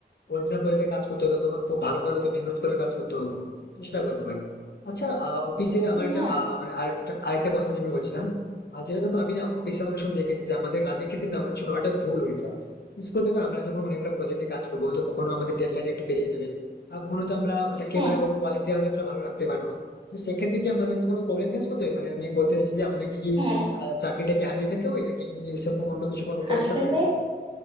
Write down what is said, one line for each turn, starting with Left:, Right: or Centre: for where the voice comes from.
Left: অরিজিনাল প্রজেক্টে কাজ করতে হবে তখন খুব ভালো করে হয়তো মেহনত করে কাজ করতে হবে তো সেটা বলতে পারি আচ্ছা অফিসে আমার একটা
Right: হ্যাঁ
Left: আহ, মানে আরেকটা আরেকটা কোশ্চেন আমি বলছিলাম আর যেটা দেখো আমি না অফিসে অনেক সময় দেখেছি যে আমাদের কাজের ক্ষেত্রে না অনেক ছোটখাটো ভুল হয়ে যায় বিশেষ করে দেখো আমরা যখন অনেকগুলো প্রজেক্ট নিয়ে কাজ করবো হয়তো কখনো আমাদের ডেডলাইন একটু পেরিয়ে যাবে আর কখনো তো আমরা ওটাকে
Right: হ্যাঁ
Left: মানে ওর কোয়ালিটি হয়তো এতটা ভালো রাখতে পারবো না তো সেক্ষেত্রে কি আমাদেরকে কোনো প্রবলেম ফেস করতে হবে মানে আমি বলতে চাইছি যে আমাদের কি
Right: হ্যাঁ
Left: আহ, চাকরিটাকে হারিয়ে ফেলতে হবে নাকি সেরকম অন্য কিছু কোনো পরিশ্রম
Right: আসলে
Left: রয়েছে